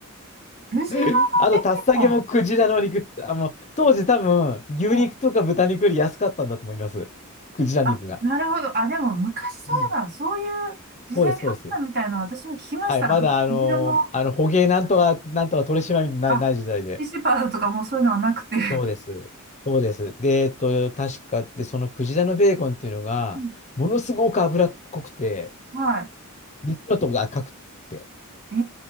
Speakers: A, on the right; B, on the left.
A: 藤の
B: <laughs> あと、
A: ベーコン。
B: タッサケもクジラの肉、あの、当時多分、牛肉とか豚肉より安かったんだと思います。
A: うん
B: クジラ肉が。
A: あ、なるほど。あ、でも昔そういえば、
B: うん
A: そういう時代あったみたいなの私も聞きました。
B: そうです、そうです。はい、まだあのーあの捕鯨なんとか、
A: なんか藤原の、
B: なんとか取締まりない、
A: あ、
B: ない時代で。
A: シーシェパードとかもうそういうのはなくて。
B: そうです。そうです。で、えっと、確かで、そのクジラのベーコンっていうのが、
A: うん
B: ものすごく脂っこくて、
A: は
B: 肉のとこが赤くて、
A: い。え